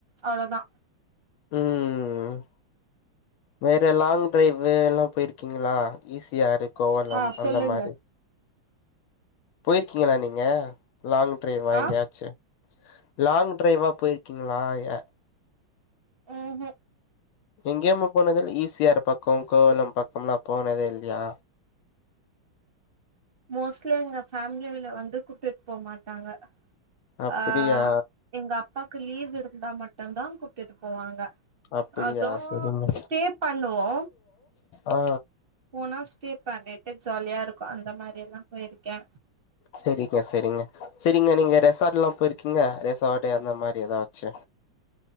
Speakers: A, on the right; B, on the left.
A: அவ்ளதா
B: ம் வேற லாங் டிரைவு எல்லா போய் இருக்கீங்களா ஈ ஸி ஆரு கோவளம்
A: ஆ சொல்லுங்க
B: அந்த மாரி போயிருக்கீங்களா நீங்க லாங் ட்ரைவா
A: ஆ
B: எங்கயாச்சு லாங் ட்ரைவா போயிருக்கீங்களா எ
A: ம் ஹூம்
B: எங்கேயுமா போனதில்ல ஈ சி ஆர் பக்கோ கோவளம் பக்கம்லா போனதே இல்லையா
A: மோஸ்ட்லி எங்க ஃபேமிலியில வந்து கூப்டுட்டு போக மாட்டாங்க
B: அப்படியா
A: ஆ எங்க அப்பாக்கு லீவ் இருந்தா மட்டுந்தா கூப்ட்டுட்டு போவாங்க
B: அப்படியா
A: அது
B: செரிங்க
A: ஸ்டே பண்ணுவோ
B: ஆ
A: போனா ஸ்டே பண்ணிட்டு ஜாலியா இருக்கு அந்த மாரில்லா போயிருக்கே
B: செரிங்க செரிங்க செரிங்க நீங்க ரெசார்ட்ல்லா போயிருக்கீங்க ரெசார்ட் அந்த மாரி எதாச்சு